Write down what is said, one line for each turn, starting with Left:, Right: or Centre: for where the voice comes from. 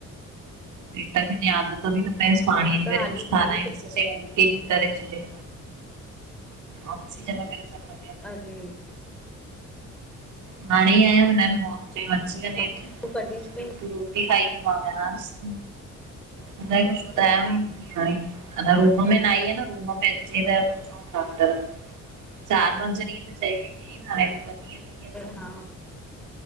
Right: पेट खे जीय आदत ॿि त प्येस पाणीअ
Centre: हा
Right: जी,
Centre: त
Right: जॾह
Centre: हाली
Right: कुझु खारायूस
Centre: खाली पे-
Right: ता उल्टी न करें छॾे, ऑक्सीजन वगैर सभ
Centre: अरे
Right: हाणे ई आयम, हिनन चयो अची वञ
Centre: छा
Right: हेठ
Centre: तूं कॾहिं छुटी
Right: री खाई मां वियास ति, हुन ई कुझ ॿुधायो
Centre: अच्छा,
Right: ई नथी अञा रूम में न आई आ न, रूम में अचे त पुछऊस ता डॉक्टर चार पंज ॾींहं त चई <unintelligible> हाणे तो ॿ ॾींहं विया सम्झ
Centre: हा